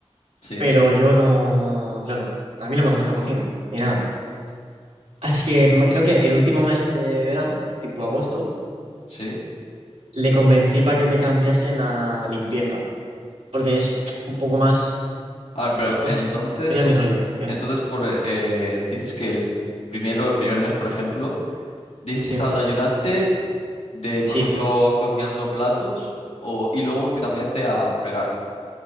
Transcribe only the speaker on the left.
sí,
sí.
A ver, pero
entonces,
entonces por, eh, eh, dices que el primero, el primer mes, por ejemplo, dices
que estabas de ayudante de,
por ejemplo,
cocinando platos o, y luego te cambiaste a fregar.